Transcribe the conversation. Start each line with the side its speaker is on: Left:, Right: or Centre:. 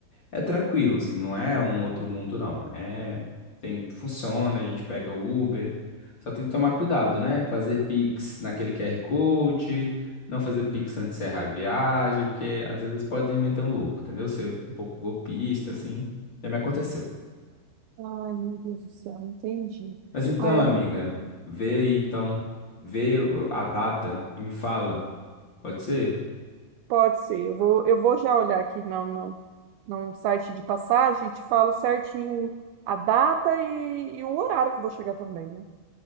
Left: é tranquilo, assim, não é um outro mundo, não. É, tem, funciona, a gente pega o Uber. Só tem que tomar cuidado, né? Fazer Pix naquele QR Code, não fazer Pix antes de encerrar a viagem, porque às vezes podem meter um louco, entendeu? Ser um pouco golpista, assim. Já me aconteceu.
Right: Ai, meu Deus do céu, entendi.
Left: Mas então,
Right: Ai, amiga.
Left: amiga, vê aí então, vê o- a data e me fala. Pode ser?
Right: Pode ser. Eu vou, eu vou já olhar aqui no, no, no site de passagem e te falo certinho a data e, e o horário que eu vou chegar também, né?